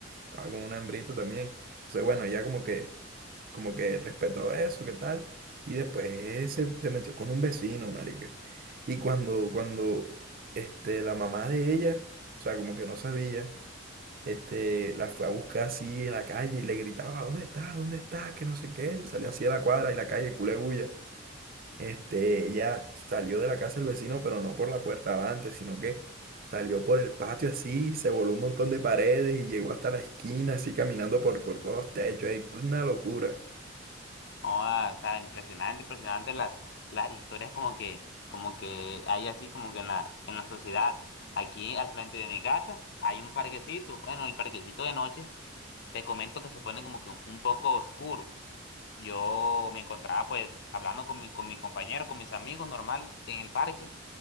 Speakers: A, on the right; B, on the left.
A: estaba con una hembrita también. Entonces, bueno, ella como que como que respetó eso, qué tal. Y después se, se metió con un vecino, marica. Y cuando, cuando, este, la mamá de ella, o sea, como que no sabía, este, la fue a buscar así en la calle y le gritaba, ¿dónde está? ¿Dónde está? Que no sé qué. Salió así a la cuadra y la calle, culé bulla. Este, ella salió de la casa del vecino, pero no por la puerta adelante, sino que salió por el patio así, se voló un montón de paredes y llegó hasta la esquina así caminando por, por todos los techos. ey, Una locura.
B: Joda, o sea, impresionante, impresionante las, las historias como que, como que hay así como que en la, en la sociedad. Aquí al frente de mi casa hay un parquecito. Bueno, el parquecito de noche, te comento que se pone como que un poco oscuro. Yo me encontraba pues hablando con mi, con mi compañero, con mis amigos normal en el parque.